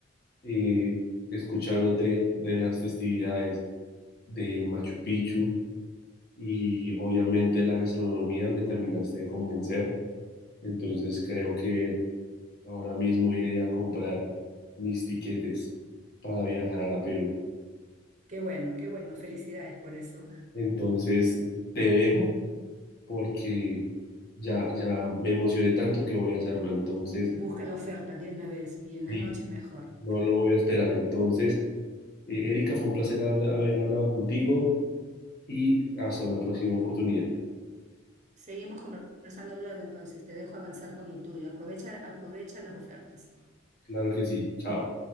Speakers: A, on the left; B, on the right.
A: eh, escuchándote de las festividades del Machu Picchu. y obviamente la gastronomía me terminaste de convencer, entonces creo que ahora mismo iré a comprar mis tiquetes para viajar a Perú.
B: Qué bueno, qué bueno, felicidades por eso.
A: Entonces te dejo porque ya, ya me emocioné tanto que voy a hacerlo, entonces
B: Busca la oferta de una vez y en la
A: sí,
B: noche es mejor.
A: no lo voy a esperar. Entonces, eh, Erika, fue un placer habla- haber hablado contigo y hasta una próxima oportunidad.
B: Seguimos conversando luego entonces, te dejo avanzar con lo tuyo, aprovecha, aprovecha las ofertas.
A: Claro que sí, chao.